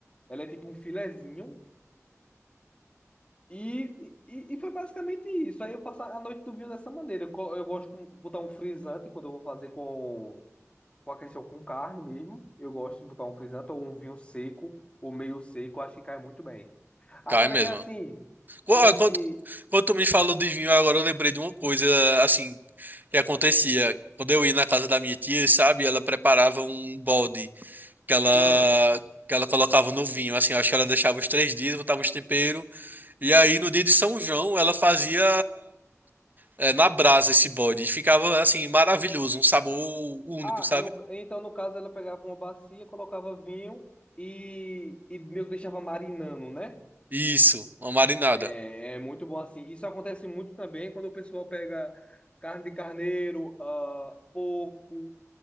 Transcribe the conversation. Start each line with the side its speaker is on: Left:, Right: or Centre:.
Left: ela é tipo um filezinho. E, e, e foi basicamente isso. Aí eu faço a a noite do vinho dessa maneira. Eu, co- eu gosto de botar um frisante quando eu vou fazer com. com a questão com carne mesmo, eu gosto de botar um frisante ou um vinho seco, ou meio seco, acho que cai muito bem. Agora
Right: Cai mesmo.
Left: que é assim,
Right: Ó,
Left: quando a gente.
Right: Quando, quando tu me falou de vinho, agora eu lembrei de uma coisa, assim, que acontecia. Quando eu ia na casa da minha tia, sabe, ela preparava um balde que ela,
Left: Hum.
Right: que ela colocava no vinho, assim, acho que ela deixava os três dias, botava uns temperos, e aí no dia de São João ela fazia é, na brasa esse balde, e ficava, assim, maravilhoso, um sabor único,
Left: Ah,
Right: sabe?
Left: no- então no caso ela pegava uma bacia, colocava vinho e, e meio que deixava marinando, né?
Right: Isso, uma marinada.
Left: É, é muito bom assim. Isso acontece muito também quando o pessoal pega carne de carneiro, ah, porco,